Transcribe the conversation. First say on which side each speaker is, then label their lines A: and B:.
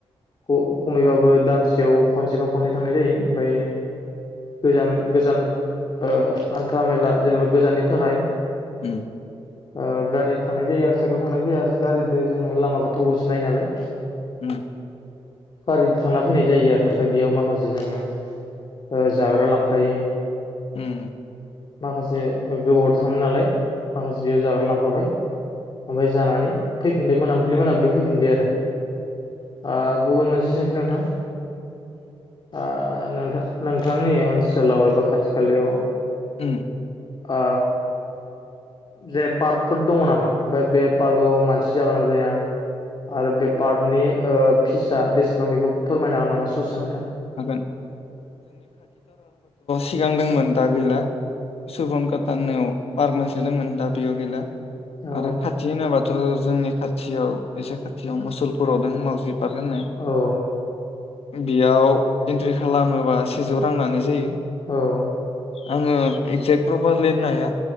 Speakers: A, on the left; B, on the left.
A: ख-खमैबाबो दानसेयाव खनसेबा खननै थांनाय जायो। ओमफ्राय गोजान गोजान ओ हान्था मेला जेनेबा गोजाननि थाखाय
B: उम
A: ओ गारि थांनाय जायो आरो साइकेलजों थांनाय जाया आरो गारि दे जोङो लामाखौ गोथौ खौसो नायो नालाय <inaudible>
B: उम
A: गारि थांना फैनाय जायो आरो ओमफ्राय बेयाव माखासे जोङो ओ जाग्रा लांफायो।
B: उम
A: माखासे ओ गोबावदो थांङो नालाय माखासे बेयाव जाग्रा लांफाबाय। ओमफाय जानानै फैफिनबाय मोनाबिलि मोनाबिलियाव फैफिनबाय आरो आ गुबुन मोनसे सोंथि नोंथां ओ नोंथां नोंथांनि ओनसोलाव एबा खाथि खालायाव
B: उम
A: ओ जे पार्कफोर दङ नामा ओमफ्राय बे पार्कआव मानसि जागोना जाया आरो बे पार्नि ओ फिसा बेसेबां बेखौ फोरमायनो हागोन नामा ससे नोंथांङा
B: हागोन सिगांदोंमोन दा गैला सुबन काटा होननायाव पार्क मोनसे दंमोन दा बेयाव गैला
A: औ
B: आरो खाथि होनाबा थ जोंनि खाथियाव एसे खाथियाव मुसुलफुराव दों मावाजि पार्क होननाय
A: औ
B: बेयाव एन्ट्रि खालामोबा सेजौ रां लानाय जायो
A: औ
B: आङो एक्जेक्ट प्रपार लिहोननो हाया